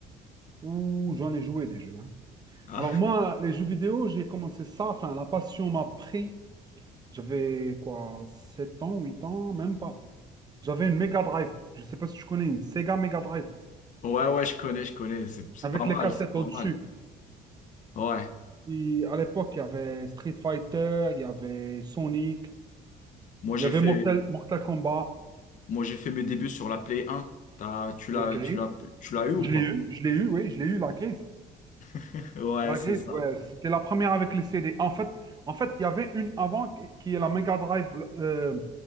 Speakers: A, on the right; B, on the left.
A: Ouh, j'en ai joué des jeux. hein.
B: Ah,
A: Alors moi, les jeux vidéo, j'ai commencé ça, enfin la passion m'a pris. J'avais quoi, 7 ans, 8 ans, même pas. J'avais une Mega Drive. Je sais pas si tu connais une Sega Mega Drive
B: ouais, ouais, je connais, je connais. C'est c'est
A: avec
B: pas mal,
A: les cassettes
B: c'est pas
A: au-dessus.
B: mal. Ouais.
A: Et à l'époque, il y avait Street Fighter, il y avait Sonic,
B: Moi, j'ai
A: il y avait
B: fait,
A: Mortal, Mortal Kombat.
B: moi, j'ai fait mes débuts sur la Play 1. T'as, tu l'as,
A: Ok.
B: tu l'as, tu l'as eu ou
A: Je
B: pas?
A: l'ai eu, je l'ai eu, oui, je l'ai eu la clé.
B: <laughs> Ouais,
A: La
B: c'est
A: grise,
B: ça.
A: ouais, c'était la première avec les CD. En fait, en fait, il y avait une avant qui qui est la Mega Drive. euh,